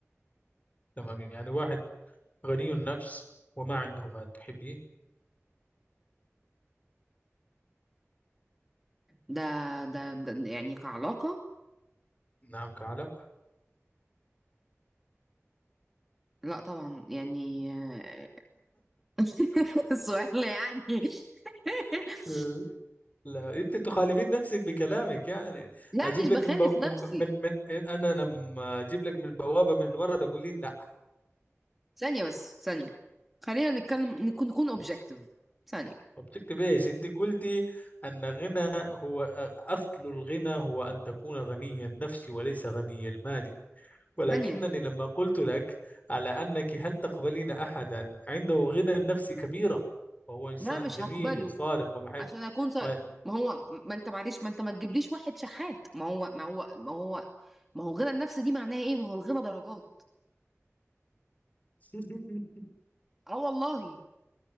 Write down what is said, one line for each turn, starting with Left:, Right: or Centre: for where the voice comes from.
Left: تمام يعني واحد غني النفس وما عنده مال تحبيه
Centre: ده ده, ده يعني كعلاقة
Left: نعم كعلم
Centre: لا طبعا يعني آه، <laughs> سؤال يعني <laughs>
Left: ال- لا انت تخالفين نفسك بكلامك يعني
Centre: لا
Left: اجيب
Centre: مش
Left: لك
Centre: بخالف
Left: من بو... من,
Centre: نفسي
Left: ب... من من انا لما اجيب لك من بوابة من ورا تقولين لا
Centre: ثانية بس ثانية خلينا نتكلم نكون نكون اوبجكتيف ثانية
Left: وبشكل بايش انت قلتي ان غنى هو اصل الغنى هو ان تكون غني النفس وليس غني المال ولكنني
Centre: ثانية
Left: لما قلت لك على أنك هل تقبلين أحدا عنده غنى نفسي كبيرة وهو إنسان
Centre: لا مش
Left: جميل
Centre: هقبله
Left: وصادق ومحب
Centre: عشان اكون ص...
Left: و...
Centre: ما هو ما انت معلش ما انت ما تجيبليش واحد شحات ما هو ما هو ما هو ما هو الغنى النفسي دي معناها ايه ما هو الغنى درجات
Left: <laughs>
Centre: اه والله